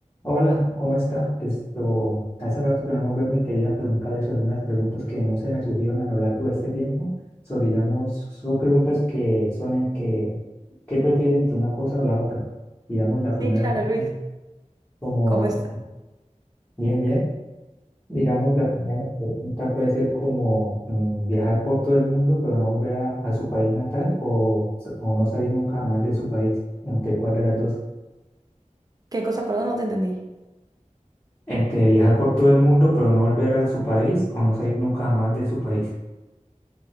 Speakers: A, on the left; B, on the right.
A: Hola, ¿cómo está? Esto, hace rato que no nos vemos y quería preguntarle sobre unas preguntas que no se me surgieron a lo largo de este tiempo. Sobre, digamos, son preguntas que son en que, ¿qué prefieren entre una cosa o la otra? Digamos, la
B: Sí,
A: primera,
B: claro,
A: pues,
B: Luis.
A: sí, como,
B: ¿Cómo-
A: bien, bien. Digamos, la primera pregunta puede ser como mm, viajar por todo el mundo, pero no volver a, a su país natal o, s- o no salir nunca jamás de su país. ¿Entre cuál de las dos?
B: ¿Qué cosa? Perdón, no te entendí.
A: Entre viajar por todo el mundo pero no volver a su país o no salir nunca jamás de su país.